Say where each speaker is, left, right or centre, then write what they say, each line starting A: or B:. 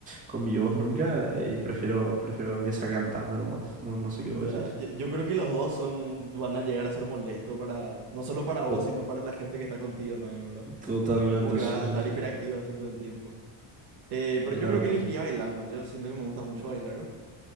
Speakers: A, on the right; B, on the right.
A: con mi voz nunca, eh, y prefiero, prefiero que sea cantando nomás, no, no sé qué
B: Ya.
A: vos decís.
B: Yo, yo creo que los dos son, van a llegar a ser molestos para, no solo para vos,
A: To-
B: sino para la gente que está contigo también, ¿verdad?
A: totalmente,
B: Como que
A: sí,
B: vas
A: sí,
B: a estar
A: sí,
B: hiperactivo así todo el tiempo. Eh, pero
A: claro,
B: yo creo que elegiría bailando. Yo siento que me gusta mucho bailar.